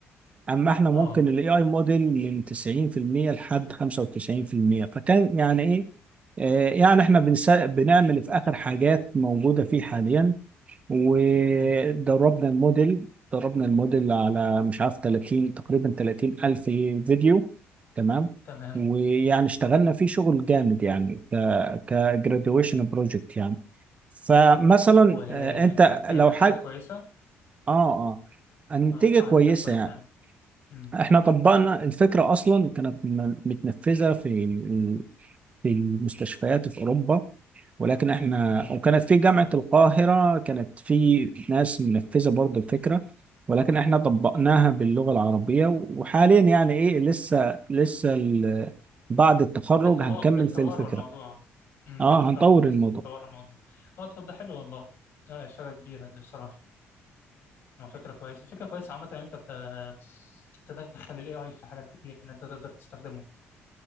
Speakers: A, on the right; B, on the left.
A: اما احنا ممكن
B: أه
A: الاي اي موديل من 90% لحد 95% فكان يعني ايه آه، يعني احنا بنس... بنعمل في اخر حاجات موجوده فيه حاليا ودربنا
B: مم.
A: الموديل دربنا الموديل على مش عارف 30 تقريبا 30 الف فيديو تمام
B: تمام
A: ويعني اشتغلنا فيه شغل جامد يعني ك كجراديويشن بروجكت يعني فمثلا
B: وكان
A: آه، انت
B: جايب
A: لو
B: نتيجة
A: حاجه
B: كويسة
A: اه اه النتيجه
B: آه، محقق نتائج
A: كويسه
B: كويسة
A: يعني
B: يعني مم.
A: احنا طبقنا الفكرة اصلا كانت م- متنفذة في ال- في المستشفيات في اوروبا ولكن احنا
B: مم.
A: وكانت في جامعة القاهرة كانت في ناس منفذة برضه الفكرة ولكن احنا طبقناها باللغة العربية وحاليا يعني ايه لسه لسه ال- بعد التخرج
B: بالتوا...
A: هنكمل
B: بالتوار
A: في الفكرة
B: الموضوع مم.
A: اه
B: بالتطو...
A: هنطور
B: لسه
A: الموضوع
B: بتطور الموضوع أه طب ده حلو والله آه، إفادة كبيرة دي بصراحة هو فكرة كويسة فكرة كويسة عامة إن أنت ت- تدخل ال AI في حاجات كتير إن أنت تقدر تستخدمه